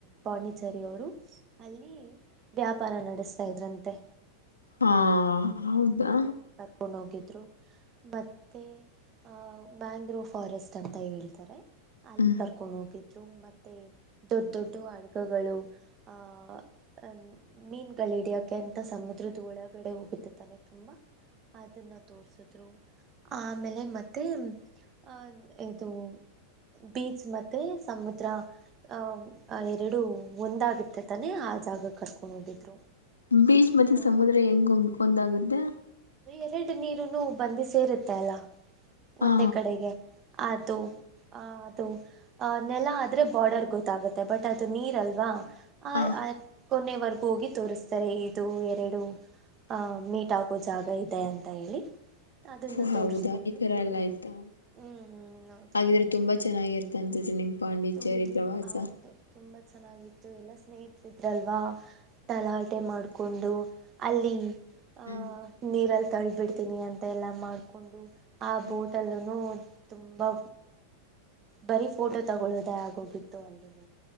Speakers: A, on the right (about 30°); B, on the left (about 80°).
A: ಪಾಂಡಿಚೇರಿ ಅವರು ಅಲ್ಲಿ ವ್ಯಾಪಾರ ನಡೆಸ್ತಾ ಇದ್ರಂತೆ
B: ಹಾ ಹೌದಾ
A: ಕೊಂಡ ಹೋಗಿದ್ರು ಮತ್ತೆ ಆಹ್ ಮ್ಯಾಂಗ್ರೋವ್ ಫಾರೆಸ್ಟ್ ಅಂತ ಹೇಳ್ತಾರೆ ಅಲ್ಲಿ
B: ಹ್ಮ್
A: ಕರ್ಕೊಂಡ್ ಹೋಗಿದ್ರು ಮತ್ತೆ ದೊಡ್ ದೊಡ್ಡ ಅಡ್ಗಗಳು ಆಹ್ ಅ ಮೀನ್ಗಳು ಹಿಡಿಯಕಂತ ಸಮುದ್ರದ ಒಳ ಗಡೆ ಹೋಗುತ್ತೆ ತಾನೆ ತುಂಬಾ ಅದನ್ನ ತೋರ್ಸಿದ್ರು ಆಮೇಲೆ ಮತ್ತೆ ಅಹ ಇದು ಬೀಚ್ ಮತ್ತೆ ಸಮುದ್ರ ಅಹ ಎರಡು ಒಂದಾಗುತ್ತೆ ತಾನೆ ಆ ಜಾಗ ಕರ್ಕೊಂಡ್ ಹೋಗಿದ್ರು
B: ಬೀಚ್ ಮತ್ತೆ
A: ನಾ
B: ಸಮುದ್ರ ಹೆಂಗಂಗ್ ಒಂದಾಗುತ್ತೆ
A: ಎರಡು ನೀರುನು ಬಂದು ಸೇರುತ್ತೆ ಅಲ್ಲ ಒಂದೇ
B: ಹಾ
A: ಕಡೆಗೆ ಅದು ಆ ಅದು ನೆಲ ಆದರೆ ಬಾರ್ಡರ್ ಗೊತ್ತಾಗುತ್ತೆ ಬಟ್ ಅದು ನೀರಲ್ವಾ ಆಯ್
B: ಹ
A: ಆಯ್ ಕೊನೆಯವರೆಗೂ ಹೋಗಿ ತೋರಿಸ್ತಾರೆ ಇದು ಎರಡು ಹ ಮೀಟ ು ಜಾಗ ಇದೆ ಅಂತ ಹೇಳಿ ಅದನ್ನ
B: ಹೌದಾ
A: ತೋರಿಸ್ಕೊಂಡು
B: ಈ ತರ ಎಲ್ಲ
A: ಹ್ಮ್
B: ಆಯ್ತಾ
A: ಹ್ಮ್ ಹೌದು
B: ಹಾಗಿದ್ರೆ ತುಂಬಾ ಚೆನ್ನಾಗಿರ್ತಂತ ಜನಮ ಪಾಂಡಿಚೇರಿ
A: ತುಮ್
B: ಪ್ರವಾಸ
A: ಹೌದು ತುಂಬಾ ಚೆನ್ನಾಗಿತ್ತು ಎಲ್ಲ ಸ್ನೇಹಿತರ ಇದ್ರಲ್ವ ತಲಾಟೆ ಮಾಡಿಕೊಂಡು ಅಲ್ಲಿ ಹ
B: ಹ್ಮ್
A: ನೀರಲ್ ತಳ್ಿಬಿಡ್ತೀನಿ ಅಂತ ಎಲ್ಲ ಮಾಡ್ಕೊಂಡು ಆ
B: ಹ್ಮ್
A: ಬೋಟಲ್ನು ತುಂಬಾ ಬರೀ ಫೋಟೋ ತಗೊಳ್ಳೋುದೇ ಆಗೋಗಿತ್ತು ಅಲ್ಲನ